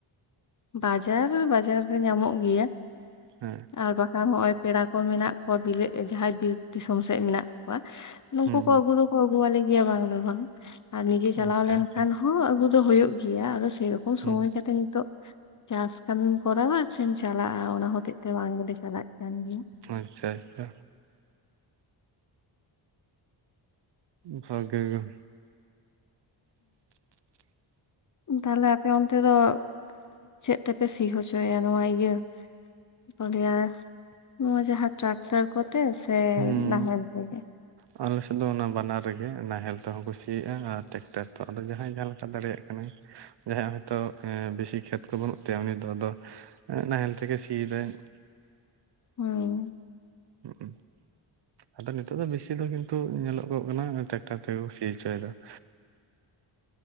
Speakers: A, on the left; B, on the right.
A: ᱵᱟᱡᱟᱨ, ᱵᱟᱡᱟᱨ ᱨᱮ ᱧᱟᱢᱚᱜ ᱜᱮᱭᱟ ᱾
B: ᱦᱮᱸ,
A: ᱟᱨ ᱵᱟᱠᱷᱟᱱ ᱦᱚᱸᱜᱼᱚᱭ ᱯᱮᱲᱟ ᱠᱚ ᱢᱮᱱᱟᱜ ᱠᱚᱣᱟ ᱵᱤᱞᱮᱜ ᱡᱟᱦᱟᱸᱭ ᱵᱤᱨ ᱫᱤᱥᱚᱢ ᱥᱮᱜ ᱢᱮᱱᱟᱜ ᱠᱚᱣᱟ, ᱩᱝᱠᱩ
B: ᱦᱩᱸ
A: ᱠᱚ ᱟᱹᱜᱩ ᱫᱚᱠᱚ ᱟᱹᱜᱩᱣᱟᱞᱮ ᱜᱮᱭᱟ ᱵᱟᱝ ᱫᱚ ᱵᱟᱝ ᱾ ᱟᱨ ᱱᱤᱡᱮ ᱪᱟᱞᱟᱣ
B: ᱦᱩᱸ ᱟᱪᱪᱷᱟ
A: ᱞᱮᱱᱠᱷᱟᱱ
B: ᱟᱪᱪᱷᱟ
A: ᱦᱚᱸ ᱟᱹᱜᱩ ᱫᱚ ᱦᱳᱭᱳᱜ ᱜᱮᱭᱟ᱾ ᱟᱫᱚ ᱥᱮᱨᱚᱠᱚᱢ ᱥᱚᱢᱚᱭ
B: ᱦᱩᱸ
A: ᱠᱟᱛᱮᱜ ᱱᱤᱛᱚᱜ ᱪᱟᱥ ᱠᱟᱹᱢᱤᱢ ᱠᱚᱨᱟᱣᱟ ᱥᱮᱢ ᱪᱟᱞᱟᱜᱼᱟ, ᱚᱱᱟ ᱦᱚᱛᱮᱜ ᱛᱮ ᱵᱟᱝ ᱜᱮᱞᱮ ᱪᱟᱞᱟᱜ ᱠᱟᱱ ᱜᱮᱭᱟ ᱾
B: ᱟᱪᱪᱷᱟ ᱟᱪᱪᱷᱟ, ᱵᱷᱟᱜᱮ ᱜᱮ᱾ <inaudible>
A: ᱛᱟᱦᱞᱮ ᱟᱯᱮ ᱚᱱᱛᱮ ᱫᱚ ᱪᱮᱫ ᱛᱮᱯᱮ ᱥᱤ ᱦᱚᱪᱚᱭᱟ? ᱱᱚᱣᱟ ᱤᱭᱟᱹ ᱛᱟᱦᱚᱞᱮ ᱱᱚᱣᱟ ᱡᱟᱦᱟᱸ ᱴᱨᱟᱠᱴᱟᱨ ᱠᱚᱛᱮ ᱥᱮ
B: ᱦᱩᱸ
A: ᱱᱟᱦᱮᱞ ᱛᱮᱜᱮ
B: ᱟᱞᱮ ᱥᱮᱫ ᱫᱚ ᱚᱱᱟ ᱵᱟᱱᱟᱨ ᱨᱮᱜᱮ ᱱᱟᱦᱮᱞ ᱛᱮᱦᱚᱸ ᱠᱩ ᱥᱤᱭᱟᱜᱼᱟ ᱟᱨ ᱴᱮᱠᱴᱟᱨ ᱛᱮᱦᱚᱸ ᱟᱫᱚ ᱡᱟᱦᱟᱸᱭ ᱡᱟᱦᱟᱸ ᱞᱮᱠᱟ ᱫᱟᱲᱮᱭᱟᱜ ᱠᱟᱱᱟᱭ ᱾ ᱡᱟᱦᱟᱸᱭᱟᱜ ᱦᱳᱭᱛᱳ ᱵᱮᱥᱤ ᱠᱷᱮᱛ ᱠᱚ ᱵᱟᱹᱱᱩᱜ ᱛᱟᱭᱟ ᱩᱱᱤ ᱫᱚ ᱟᱫᱚ ᱱᱟᱦᱮᱞ ᱛᱮᱜᱮ ᱥᱤᱭᱮᱫᱟᱹᱭ ᱾
A: ᱦᱩᱸ
B: <unintelligible> ᱟᱫᱚ ᱱᱤᱛᱚᱜ ᱫᱚ ᱵᱮᱥᱤ ᱫᱚ ᱠᱤᱱᱛᱩ ᱧᱮᱞᱚᱜᱚᱜ ᱠᱟᱱᱟ ᱴᱨᱟᱠᱴᱟᱨ ᱛᱮᱜᱮ ᱠᱚ ᱥᱤ ᱦᱚᱪᱚᱭ ᱮᱫᱟ ᱾